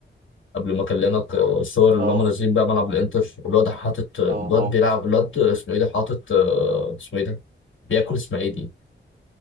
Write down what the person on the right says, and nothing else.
اه
اه اه